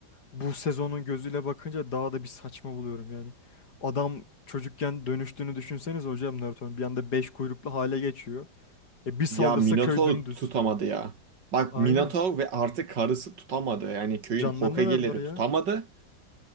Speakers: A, on the left; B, on the right.
A: bu sezonun gözüyle bakınca daha da bir saçma buluyorum yani. Adam çocukken dönüştüğünü düşünseniz hocam Naruto'nun bir anda beş kuyruklu hale geçiyor. E bir saldırsa
B: Ya Minotaur
A: köy dümdüz.
B: tutamadı ya. Bak
A: Aynen.
B: Minotaur ve artık karısı tutamadı. Yani köyün
A: Canlarını
B: Hokage'leri
A: verdiler ya.
B: tutamadı.